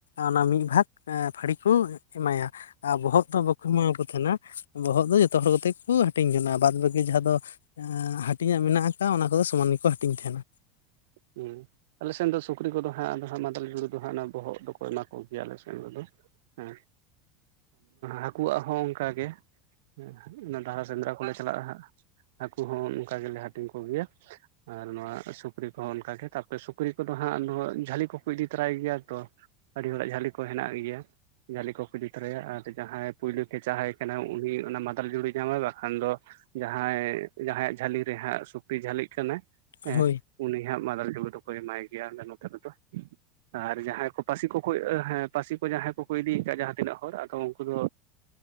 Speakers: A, on the left; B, on the right.
A: ᱚᱱᱟ ᱢᱤᱫ ᱵᱷᱟᱜᱽ ᱯᱟᱹᱲᱤ ᱠᱚ ᱮᱢᱟᱭᱟ ᱟᱨ ᱵᱚᱦᱚᱜ ᱛᱚ ᱵᱟᱠᱚ ᱮᱢᱟ ᱠᱚ ᱛᱟᱦᱮᱸᱱᱟ᱾ ᱵᱚᱦᱚᱜ ᱫᱚ ᱡᱚᱛᱚ ᱦᱚᱲ ᱠᱚᱛᱮ ᱜᱮ ᱠᱚ ᱦᱟᱹᱴᱤᱧ ᱡᱚᱱᱟ᱾ ᱵᱟᱫ ᱵᱟᱹᱠᱤ ᱡᱟᱦᱟᱸ ᱫᱚ ᱦᱟᱹᱴᱤᱧᱟᱜ ᱢᱮᱱᱟᱜ ᱟᱠᱟᱜᱟ ᱚᱱᱟ ᱠᱚᱫᱚ ᱥᱚᱢᱟᱱ ᱜᱮᱠᱚ ᱦᱟᱹᱴᱤᱧ ᱛᱟᱦᱮᱱᱟ᱾
B: ᱦᱩᱸ ᱟᱞᱮ ᱥᱮᱱ ᱫᱚ ᱥᱩᱠᱨᱤ ᱠᱚᱫᱚ ᱦᱟᱜ ᱟᱫᱚᱦᱟᱜ ᱢᱟᱫᱟᱞ ᱡᱩᱲᱩ ᱫᱚ ᱦᱟᱸᱜ ᱚᱱᱟ ᱵᱚᱦᱚᱜ ᱫᱚᱠᱚ ᱮᱢᱟ ᱠᱚᱜᱮᱭᱟ ᱟᱞᱮ ᱥᱮᱱ ᱨᱮᱫᱚ᱾ ᱦᱮᱸ ᱦᱟᱹᱠᱩᱣᱟᱜ ᱦᱚᱸ ᱚᱱᱠᱟᱜᱮ᱾ ᱦᱮᱸ ᱚᱱᱟ ᱫᱷᱟᱨᱟ ᱥᱮᱸᱫᱽᱨᱟ ᱠᱚᱞᱮ ᱪᱟᱞᱟᱜ-ᱟ ᱦᱟᱸᱜ ᱟᱹᱠᱩ ᱦᱚᱸ ᱚᱱᱠᱟ ᱜᱮᱞᱮ ᱦᱟᱹᱴᱤᱧ ᱠᱚᱜᱮᱭᱟ ᱟᱨ ᱱᱚᱣᱟ ᱥᱩᱠᱨᱤ ᱠᱚ ᱛᱚ ᱚᱱᱠᱟᱜᱮ ᱛᱟᱯᱚᱨᱮ ᱥᱩᱠᱨᱤ ᱠᱚᱫᱚ ᱦᱟᱸᱜ ᱡᱷᱟᱹᱞᱤ ᱠᱚᱠᱚ ᱤᱫᱤ ᱛᱚᱨᱟᱭ ᱜᱮᱭᱟ ᱛᱚ᱾ ᱟᱹᱰᱤ ᱦᱚᱲᱟᱜ ᱡᱷᱟᱹᱞᱤ ᱠᱚ ᱦᱮᱱᱟᱜ ᱜᱮᱭᱟ᱾ ᱡᱷᱟᱞᱤ ᱠᱚᱠᱚ ᱤᱫᱤ ᱛᱚᱨᱟᱭᱟ ᱟᱨ ᱡᱟᱦᱟᱸᱭ ᱯᱳᱭᱞᱳ ᱠᱷᱮᱪᱟ ᱦᱟᱭ ᱠᱟᱱᱟᱭ ᱩᱱᱤ ᱚᱱᱟ ᱢᱟᱫᱟᱞ ᱡᱩᱲᱩᱭ ᱧᱟᱢᱟᱭ ᱵᱟᱠᱷᱟᱱ ᱫᱚ ᱡᱟᱦᱟᱸᱭ ᱡᱟᱦᱟᱸᱭᱟᱜ ᱡᱷᱟᱹᱞᱤ ᱨᱮᱦᱟᱸᱜ ᱥᱩᱠᱨᱤ ᱡᱷᱟᱹᱞᱤᱜ ᱠᱟᱱᱟᱭ ᱮᱜ
A: ᱦᱳᱭ
B: ᱩᱱᱤ ᱦᱟᱸᱜ ᱢᱟᱫᱟᱞ ᱡᱩᱱᱩ ᱫᱚᱠᱚ ᱮᱢᱟᱭ ᱜᱮᱭᱟ ᱱᱚᱛᱮ ᱨᱮᱫᱚ᱾ ᱟᱨ ᱡᱟᱦᱟᱸᱭ ᱠᱚ ᱯᱟᱹᱥᱤ ᱠᱚᱠᱚ ᱦᱮᱸ ᱯᱟᱹᱥᱤ ᱠᱚ ᱡᱟᱦᱟᱸᱭ ᱠᱚᱠᱚ ᱤᱫᱤ ᱟᱠᱟᱫ ᱡᱟᱦᱟᱸ ᱛᱤᱱᱟᱹᱜ ᱦᱚᱲ ᱟᱫᱚ ᱩᱱᱠᱩ ᱫᱚ